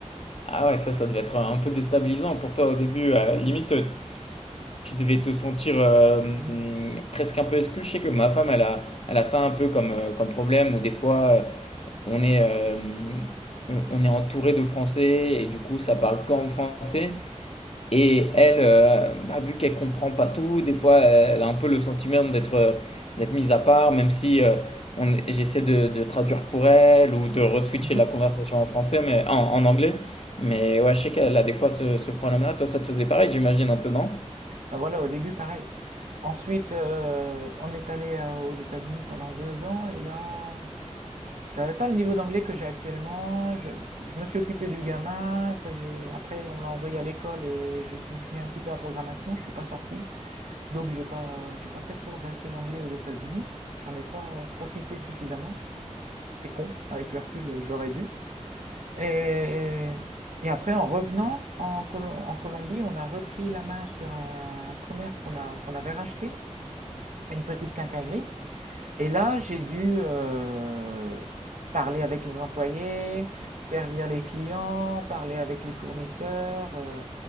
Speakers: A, on the left; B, on the right.
A: Ah ouais, ça, ça devait être un peu déstabilisant pour toi au début. euh, limite, Tu devais te sentir euh,
B: Mhm.
A: presque un peu exclu. Je sais que ma femme, elle a, elle a ça un peu comme, euh, comme problème, où des fois, euh, on est, euh, on, on est entouré de Français, et du coup, ça parle qu'en français. Et elle, euh, bah, vu qu'elle comprend pas tout, des fois, elle a un peu le sentiment d'être euh, d'être mise à part, même si euh, on est- j'essaie de, de traduire pour elle, ou de reswitcher
B: Mhm.
A: la conversation en français, mais en, en anglais. Mais ouais, je sais qu'elle a des fois ce, ce problème-là. Toi, ça te faisait pareil, j'imagine, un peu, non?
B: Bah voilà, au début pareil. Ensuite, euh, on est allé euh, aux États-Unis pendant deux ans et là, j'avais pas le niveau d'anglais que j'ai actuellement. Je, je me suis occupé du gamin. Après, j'ai- après, on l'a envoyé à l'école et j'ai- je me suis mis un petit peu à la programmation. Je suis pas sorti, donc j'ai pas j'ai pas fait progresser l'anglais aux États-Unis. J'en ai pas profité suffisamment. C'est con. Avec le recul, j'aurais dû. Et, et après, en revenant en, Colo- en Colombie, on a repris la main sur un, commerce qu'on a, qu'on avait racheté, une petite quincaillerie. Et là, j'ai dû euh, parler avec les employés, servir les clients, parler avec les fournisseurs, euh,